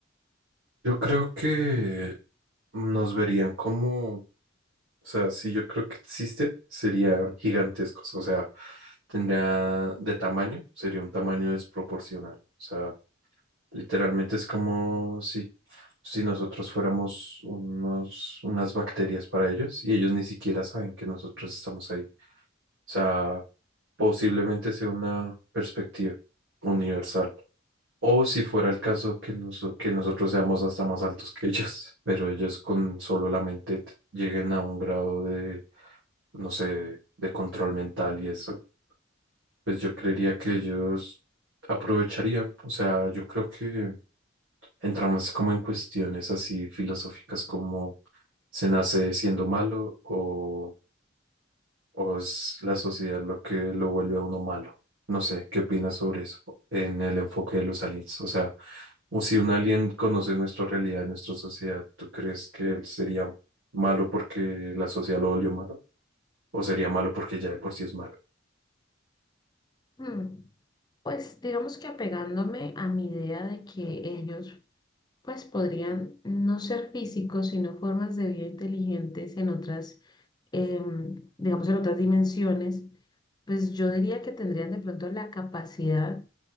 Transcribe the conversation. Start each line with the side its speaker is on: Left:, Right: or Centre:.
Right: Yo creo que nos verían como, o sea, si yo creo que existe, serían gigantescos, o sea, tendría de tamaño, sería un tamaño desproporcional, o sea, literalmente es como si, si nosotros fuéramos unos, unas bacterias para ellos y ellos ni siquiera saben que nosotros estamos ahí, o sea, posiblemente sea una perspectiva universal. O si fuera el caso que, noso- que nosotros seamos hasta más altos que ellos, <laughs> pero ellos con solo la mente t- lleguen a un grado de, no sé, de control mental y eso, pues yo creería que ellos aprovecharían. O sea, yo creo que entramos como en cuestiones así filosóficas como ¿se nace siendo malo o o es la sociedad lo que lo vuelve a uno malo. No sé, ¿qué opinas sobre eso en el enfoque de los aliens? O sea, o si un alien conoce nuestra realidad, nuestra sociedad, ¿tú crees que él sería malo porque la sociedad lo volvió malo? ¿O sería malo porque ya de por sí es malo?
Left: Hmm, Pues digamos que apegándome a mi idea de que ellos pues podrían no ser físicos, sino formas de vida inteligentes en otras, em, digamos, en otras dimensiones, pues yo diría que tendrían de pronto la capacidad,